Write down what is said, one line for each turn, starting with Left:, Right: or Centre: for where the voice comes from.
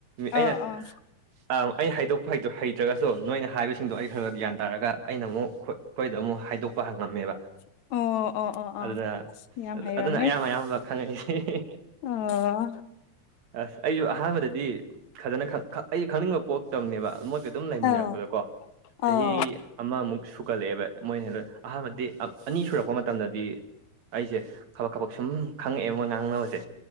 Right: ꯑꯩꯅ
Left: ꯑꯥ ꯑꯥ
Right: ꯑ ꯑꯩꯩꯅꯩꯗꯣꯛꯄ ꯍꯩꯇ꯭ꯔꯒꯁꯨ ꯅꯣꯏꯅ ꯍꯥꯏꯕ ꯁꯤꯡꯗꯣ ꯑꯩ ꯈꯔ ꯈ ꯒ꯭ꯌꯥꯟ ꯇꯥꯔꯒ ꯑꯩꯅ ꯑꯃꯨꯛ ꯑꯩꯈꯣꯏꯗ ꯑꯃꯨꯛ ꯍꯥꯏꯗꯣꯛꯄ ꯍꯪꯉꯝꯃꯦꯕ
Left: <inaudible> ꯑꯣ ꯑꯣ ꯑꯣ
Right: ꯑꯗꯨꯅ
Left: ꯌꯥꯝ ꯍꯩꯔꯝꯃꯦ
Right: ꯑꯗꯨꯅ ꯑꯌꯥꯝ ꯑꯌꯥꯝꯕ ꯈꯪꯉꯛꯏꯅꯤ
Left: ꯑꯣ
Right: ꯑꯁ ꯑꯩꯁꯨ ꯑꯍꯥꯟꯕꯗꯗꯤ ꯐꯖꯅ ꯑꯩꯁ ꯈꯪꯅꯤꯡꯕ ꯄꯣꯛꯇꯕꯅꯦꯕ ꯃꯣꯏꯒ ꯑꯗꯨꯝ ꯂꯩꯃꯤꯟꯅꯔꯛꯄꯗꯀꯣ
Left: ꯑꯧ
Right: ꯆꯍꯤ
Left: ꯑꯧ
Right: ꯑꯃꯃꯨꯛ ꯁꯨꯀꯠꯂꯛꯑꯦꯕ ꯃꯣꯏꯅꯗ ꯑꯍꯥꯟꯕꯗꯤ ꯑꯅꯤ ꯁꯨꯔꯛꯄ ꯃꯇꯝꯗꯗꯤ ꯑꯩꯁꯦ ꯈꯕꯛ ꯈꯕꯛ ꯁꯨꯝ ꯈꯪꯉꯛꯑꯦꯕ ꯉꯥꯡꯅꯕꯁꯦ